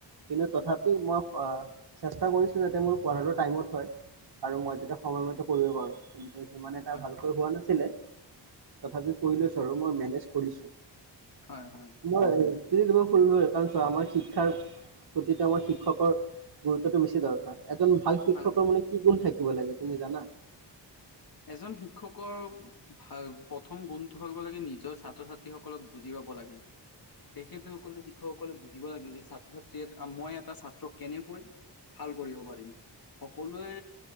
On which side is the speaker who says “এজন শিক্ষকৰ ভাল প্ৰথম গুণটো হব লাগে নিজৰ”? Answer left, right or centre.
Left